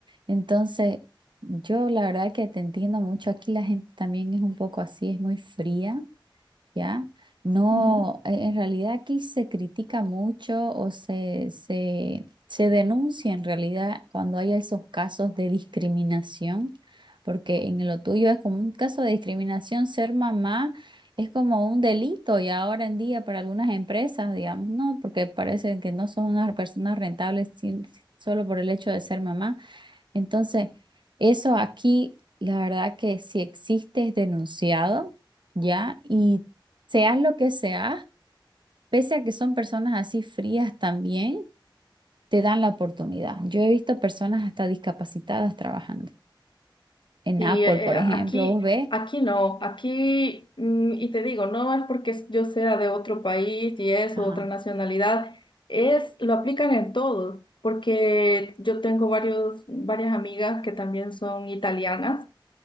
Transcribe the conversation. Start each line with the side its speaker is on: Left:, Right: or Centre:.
Right: Entonces, yo la verdad que te entiendo mucho. Aquí la gente también es un poco así, es muy fría, ¿ya? No,
Left: Ujú, ujú.
Right: eh, en realidad aquí se critica mucho o se, se, se denuncia en realidad cuando hay esos casos de discriminación, porque en lo tuyo es como un caso de discriminación, ser mamá es como un delito y ahora en día para algunas empresas, digamos, no, porque parece que no son unas personas rentables sin- solo por el hecho de ser mamá. Entonces, eso aquí, la verdad que si existe es denunciado, ¿ya? Y seas lo que seas, pese a que son personas así frías también, te dan la oportunidad. Yo he visto personas hasta discapacitadas trabajando. En
Left: Sí,
Right: Apple,
Left: eh,
Right: por
Left: eh, aquí,
Right: ejemplo, vos ves,
Left: aquí no, aquí, mm, y te digo, no es porque yo sea de otro país y eso,
Right: ajá,
Left: otra nacionalidad, es, lo aplican en todos, porque yo tengo varios, varias amigas que también son italianas